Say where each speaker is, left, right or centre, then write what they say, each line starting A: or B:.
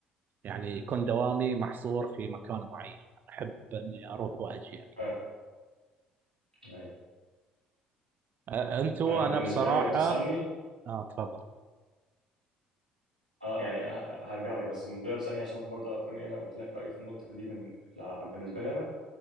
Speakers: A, on the right; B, on the right.
A: يعني يكون دوامي محصور في مكان معين أحب إني أروح وأجي
B: فاهم ايوه
A: أ- أنت وأنا
B: انا بالنسبة
A: بصراحة
B: لي لو تسألني
A: آه تفضل
B: اه يعني ه- هرجع لك بس بالنسبة لي لو تسألني عشان برضه اكون ايه انا قلت لك رأيي في النقطة دي بن- بالنسبة لي انا